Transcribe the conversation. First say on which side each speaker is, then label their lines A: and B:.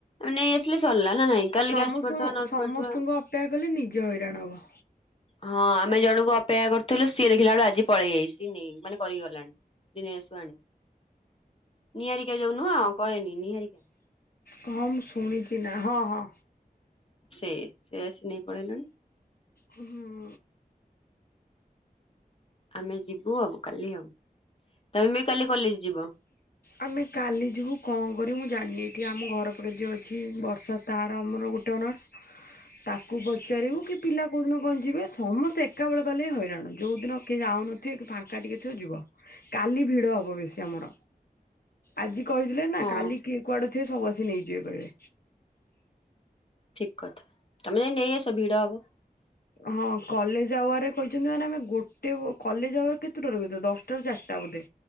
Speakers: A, on the left (about 35°); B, on the left (about 75°).
A: ଆଁ ନେଇ ଆସିଲେ ସରିଲା ନା ନାଇଁ।
B: ସମସ୍ତ
A: ପାରୁଥିବା ନ ଆସି
B: ସମସ୍ତଙ୍କୁ
A: ପାରୁଥିବା।
B: ଅପେକ୍ଷା କଲେ ନିଜେ ହଇରାଣ ହବ।
A: ହଁ ଆମେ ଜଣକୁ ଅପେକ୍ଷା କରିୁଥିଲୁ ସିଏ ଦେଖିଲା ବେଳୁ ଆଜି ପଳେଇ ଯାଇସି ନେଇ ମାନେ କରିକି ଗଲାଣି। ଦିନଶୁ ଆଣୁ ନିହାରିକା ଯାଉ ନୁହଁ କହେନି ନିହାରିକା।
B: କଣ ମୁଁ ଶୁଣିଛି ନା ହଁ ହଁ।
A: ସେଇ ସେ ଆସି ନେଇ ପଳେଇଲାଣି।
B: ହଁ।
A: ଆମେ ଯିବୁ ଆଉ କାଲି ଆଉ ତମେ ବି କାଲି କଲେଜ ଯିବ।
B: ଆମେ କାଲି ଯିବୁ କଣ କରିବୁ ମୁଁ ଜାଣିନି ଏଠି ଆମ ଘର ପାଖରେ ଯଉ ଅଛି ବର୍ଷା ତାର ଆମର ଗୋଟେ ଅନର୍ସ ତାକୁ ପଚାରିବୁ କି ପିଲା କୋଉ ଦିନ କଣ ଯିବେ ସମସ୍ତେ ଏକା ବଳେ ଗଲେ ହଇରାଣ ଯୋଉ ଦିନ କିଏ ଯାଉନ ଥିବ କି ଫାଙ୍କା ଟିକେ ଥିବ ଯିବ କାଲି ଭିଡ ହବ ବେଶୀ ଆମର। ଆଜି କହିଥିଲେ ନା
A: ହଁ
B: କାଲି କିଏ କୁଆଡେ ଥିବେ ସବୁ ଆସି ନେଇଯିବେ କହିବେ।
A: ଠିକ କଥା ତମେ ନେଇ ଆସ ଭିଡ ହେବ।
B: ହଁ କଲେଜ ଆୱାରେ କହିଛନ୍ତି ମାନେ ଆମେ ଗୋଟେ କଲେଜ ଆୱର କେତେଟାରେ ବୋଧେ ଦଶଟାରୁ ଚାରିଟା ବୋଧେ।